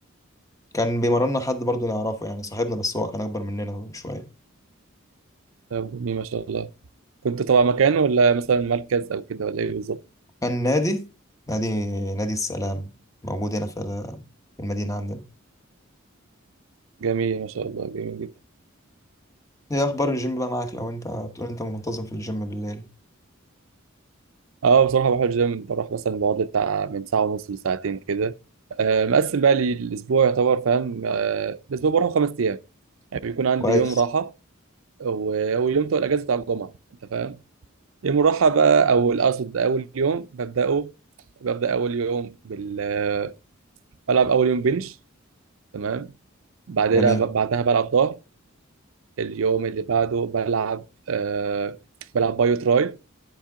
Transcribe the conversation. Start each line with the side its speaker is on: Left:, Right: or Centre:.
Left: كان بيمرنا حد برضو نعرفه يعني صاحبنا بس هو كان اكبر مننا بشويه
Right: طب جميل ما شاء الله كنت طبعا مكان ولا مثلا مركز أو كده ولا إيه بالظبط
Left: كان نادي نادي نادي السلام موجود هنا في في المدينه عندنا
Right: جميل ما شاء الله جميل جدا
Left: ايه اخبار الجيم بقى معاك لو انت بتقول انت منتظم في الجيم بالليل
Right: اه بصراحة بروح الجيم بروح مثلا بقعد لي بتاع من ساعة ونص لساعتين كده آه مقسم بقى لي الأسبوع يعتبر فاهم آه الأسبوع بروح خمس أيام يعني بيكون عندي
Left: كويس
Right: يوم راحة و- واليوم بتاع الأجازة بتاع الجمعة أنت فاهم يوم الراحة بقى أو الأقصد أول يوم ببدأه ببدأ أول يوم بال آه، بلعب أول يوم بنش تمام بعدها
Left: جميل
Right: بعدها بلعب ظهر اليوم اللي بعده بلعب آه بلعب بايو تراي